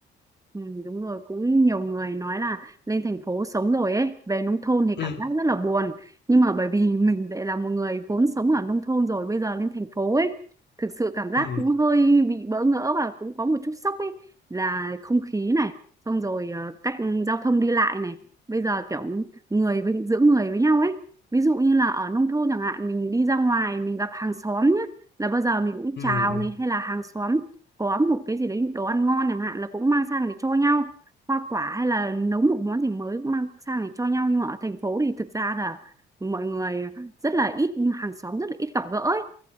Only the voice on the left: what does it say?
ừ
ừ
ừ